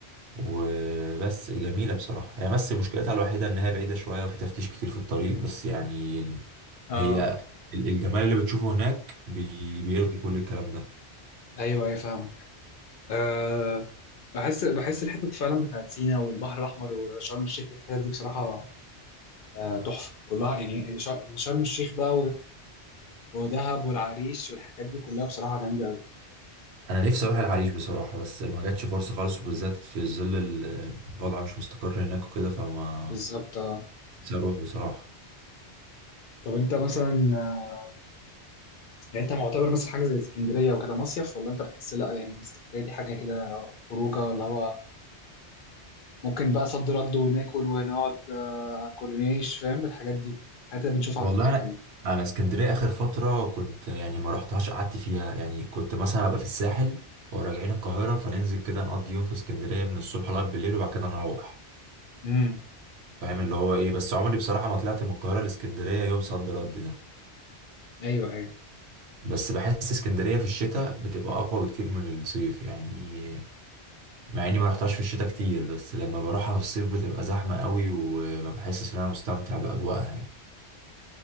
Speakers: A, on the right (about 70°); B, on the left (about 60°).
A: وبس جميلة بصراحة هي بس مشكلتها الوحيدة إن هي بعيدة شوية وفي تفتيش كتير في الطريق بس يعني
B: اه
A: هي ال- الجمال اللي بتشوفه هناك بي- بيلغي كل الكلام ده
B: ايوه ايوه فاهمك آه بحس بحس الحتت فعلا بتاعت سينا والبحر الاحمر وشرم الشيخ والحتت دي بصراحة آه تحفة كلها يعني شر- يعني شرم الشيخ بقى ودهب والعريش والحاجات دي كلها بصراحة جميلة أوي
A: أنا نفسي أروح العريش بصراحة بس ما جاتش فرصة خالص وبالذات في ظل ال- الوضع مش مستقر هناك وكده فما
B: بالظبط اه
A: نفسي أروح بصراحة
B: طب أنت مثلا آه، يعني أنت معتبر مثلا حاجة زي اسكندرية وكده مصيف ولا أنت بتحس لأ يعني اسكندرية دي حاجة كده خروجة اللي هو ممكن بقى صد رد وناكل ونقعد آه، على الكورنيش فاهم الحاجات دي الحاجات اللي بنشوفها على
A: والله
B: تيك توك
A: انا
B: كده
A: انا اسكندريه اخر فتره كنت يعني ما رحتهاش قعدت فيها يعني كنت مثلا ابقى في الساحل وراجعين القاهره فننزل كده نقضي يوم في اسكندريه من الصبح لغايه بالليل وبعد كده نروح
B: امم
A: فاهم اللي هو ايه بس عمري بصراحه ما طلعت من القاهره لاسكندريه يوم صد رد ده
B: ايوه ايوه
A: بس بحس اسكندريه في الشتاء بتبقى اقوى بكتير من الصيف يعني مع اني ما رحتهاش في الشتاء كتير بس لما بروحها في الصيف بتبقى زحمه قوي وما بحسش ان انا مستمتع باجواءها يعني